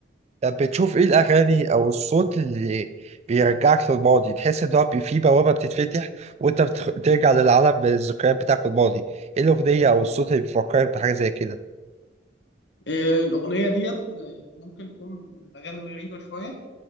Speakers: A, on the right; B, on the left.
A: طب بتشوف ايه الاغاني او الصوت اللي بيرجعك للماضي تحس ان هو بي- فيه بوابه بتتفتح وانت بتخ- بترجع للعالم الذكريات بتاعك الماضي ايه الاغنيه او الصوت اللي بيفكرك بحاجه زي كده
B: إيه، الاغنيه ديت ممكن تكون من الاغاني الغريبه شويه